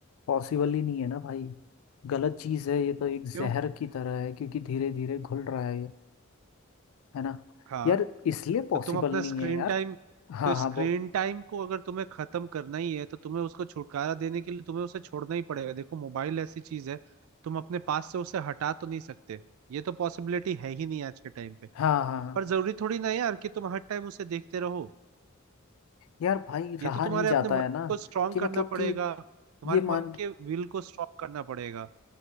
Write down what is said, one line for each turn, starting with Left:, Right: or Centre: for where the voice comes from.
Left: पॉसिबल ही नहीं है ना भाई गलत चीज़ है ये तो एक
Right: क्यों
Left: जहर की तरह है क्योंकि धीरे धीरे घुल रहा है ये है ना
Right: हाँ
Left: यार इसलिए पॉसिबल
Right: तो तुम अपना
Left: नहीं
Right: स्क्रीन
Left: है यार
Right: टाइम
Left: हाँ
Right: तो
Left: हाँ
Right: स्क्रीन
Left: वो
Right: टाइम को अगर तुम्हें खत्म करना ही है तो तुम्हें उसको छुटकारा देने के लिए तुम्हें उसे छोड़ना ही पड़ेगा देखो मोबाइल ऐसी चीज है तुम अपने पास से उसे हटा तो नहीं सकते ये तो पॉसिबिलिटी है ही नहीं आज के टाइम पे
Left: हाँ हाँ हाँ।
Right: पर जरूरी थोड़ी ना है यार कि तुम हर टाइम उसे देखते रहो
Left: यार भाई
Right: ये
Left: रहा
Right: तो तुम्हारे
Left: नहीं जाता
Right: अपने मन
Left: है ना
Right: को स्ट्रांग
Left: कि
Right: करना
Left: मतलब
Right: पड़ेगा
Left: कि
Right: तुम्हारे
Left: ये मान
Right: मन के विल को स्ट्रांग करना पड़ेगा